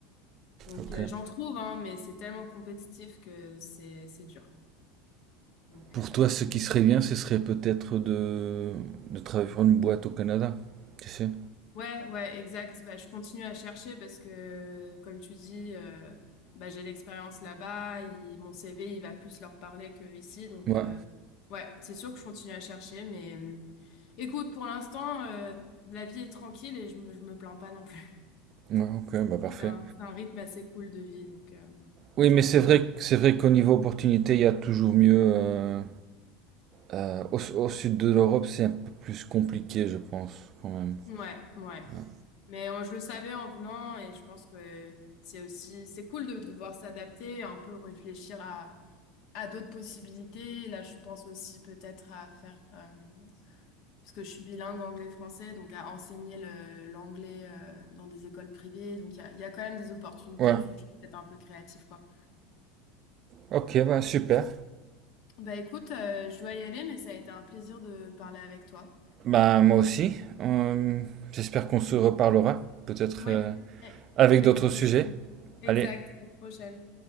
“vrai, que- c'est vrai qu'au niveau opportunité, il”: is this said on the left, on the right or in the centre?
Right